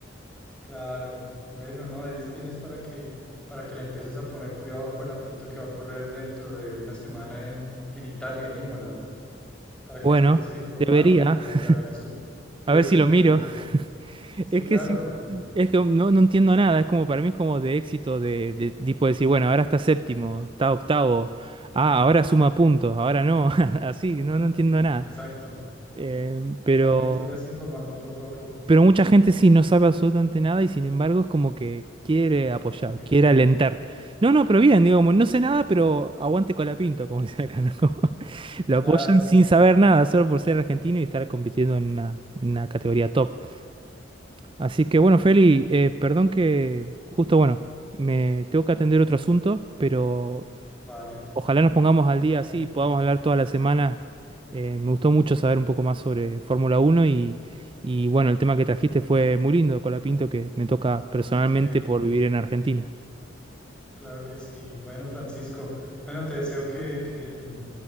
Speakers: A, in the centre; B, on the right (about 25°).
A: Claro. Bueno, no, ahí tienes para que, para que le empieces a poner cuidado a Colapinto que va a correr dentro de una semana en, en Italia, en Imola. para
B: Bueno,
A: que empieces a informarte
B: debería,
A: y a,
B: <laughs>
A: y a ver su, su
B: a
A: desempeño.
B: ver si lo miro.
A: Sí,
B: Es
A: claro.
B: que sí, sí, sí. es que no, no entiendo nada, es como para mí es como de éxito, de, de tipo decir, bueno, ahora está séptimo, está octavo, ah, ahora suma puntos,
A: Sí,
B: ahora no, <laughs> así, no,
A: ¿no?
B: no entiendo nada.
A: Exacto.
B: Eh, pero,
A: Bueno, y te irás informando poco a poco,
B: pero mucha gente sí no sabe absolutamente nada y sin embargo es como que quiere apoyar,
A: opinan.
B: quiere alentar. No, no, pero bien, digo, como, no sé nada, pero aguante con la pinta, como <laughs> dice acá, ¿no? <laughs> Como lo
A: Claro,
B: apoyan sin saber nada, solo por ser argentino y estar compitiendo en una, en una categoría top. Así que bueno, Feli, eh, perdón que justo, bueno, me tengo que atender otro asunto, pero
A: vale.
B: ojalá nos pongamos al día
A: No,
B: así y podamos hablar toda la semana. Eh, me gustó mucho saber un poco más sobre Fórmula Uno y, y bueno, el tema que trajiste fue muy lindo, Colapinto, que me toca personalmente
A: sí,
B: por vivir en Argentina.
A: claro que sí. Bueno, Francisco, bueno, te deseo que, que, mm,